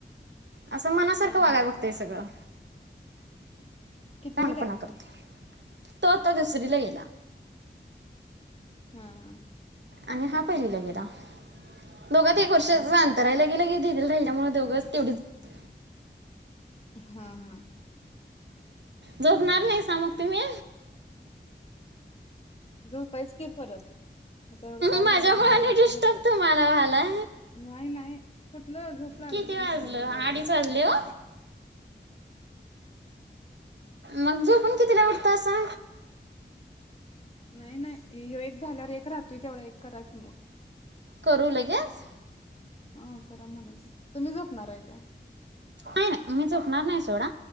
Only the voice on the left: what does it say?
हा
कितविला
हाय
त्यो?
हा हा
हा हा
हा हा
झोपायच की परत आता एवढं कॉल
झालं की दोन
वाजता
झोपायच
नाही नाही. कुठलं झोप लागत
नाही
मोबाईल बगत
बसतोय.
नाही नाही हे एक झाल्यावर एक राहतोय तेवढा एक करा की मग?
हा करा म्हनस तुम्ही झोपणार हाय काय?